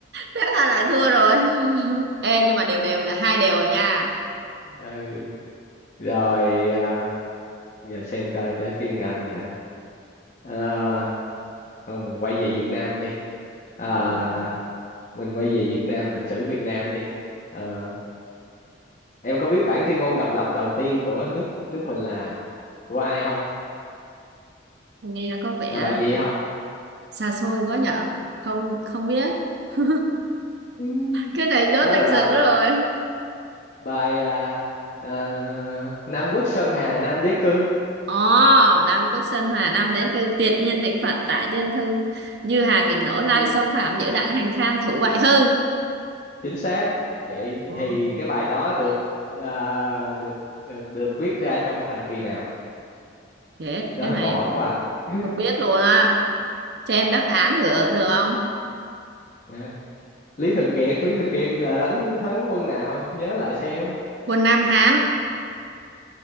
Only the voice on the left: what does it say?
ừ rồi à, giờ xem coi tới phiên anh hả à, thôi mình quay về Việt Nam đi à,
mình quay về Việt Nam lịch sử Việt Nam đi Ờ, Em có biết bản tuyên ngôn độc lập đầu tiên của nước nước mình là của ai không?
Là bài gì không?
Ừ.
Đó
là bài
bài à, à, Nam Quốc Sơn Hà Nam Đế Cư.
Ừ.
Chính xác. Vậy
thì cái bài đó được à, được được được viết ra trong thời kỳ nào?
Đó
là
câu hỏi của anh. <laughs>
Nè, Lý Thường Kiệt, Lý Thường Kiệt là đánh thắng quân nào? Nhớ lại xem.